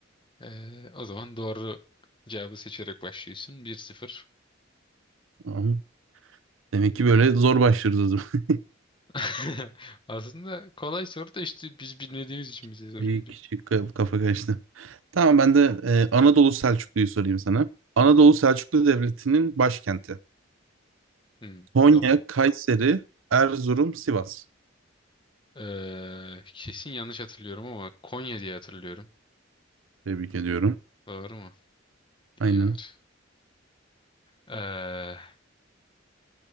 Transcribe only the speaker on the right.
Tamam. Demek ki böyle zor başlıyoruz o zaman.
<laughs>
Bir
küçük ka- kafa karıştı. Tamam ben de e, Anadolu Selçuklu'yu sorayım sana. Anadolu Selçuklu Devleti'nin başkenti.
Konya,
Kayseri, Erzurum, Sivas.
Tebrik ediyorum.
Aynen.